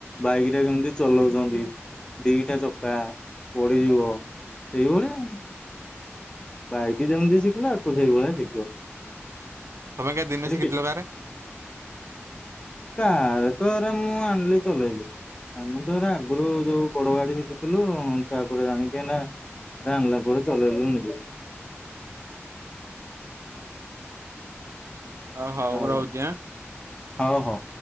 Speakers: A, on the left (about 20°); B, on the right (about 75°).
A: ବାଇକଟା କେମତି ଚଲଉଛନ୍ତି? ଦିଟା ଚକା ପଡିଯିବ ସେଇ ଭଳିଆ ଆଉ। ବାଇକି ଯେମିତି ଶିଖିଲ ୟାକୁ ସେଇ ଭଳିଆ ଶିଖିବ।
B: ତମେଁ କା ଦିନେ
A: ଏରେ
B: ଶିଖିଥିଲ
A: କିଛି
B: କାରେ?
A: କାରେ ତ ଏରା ମୁଁ ଆଣିଲି ଚଲେଇଲି। ଆମେ ତ ଆଗରୁ ଯୋଉ ବଡ ଗାଡି ଶିଖିଥିଲୁ ତା ଆଗରୁ ଜାଣିକିନା ଏରା ଅନିଲା ପରେ ଚଲେଇଲୁ ନିଜେ।
B: ଓ ହଉ
A: ଆଉ
B: ମୁଁ
A: କଣ
B: ରହୁଛି ଆଁ।
A: ହଉ ହଉ।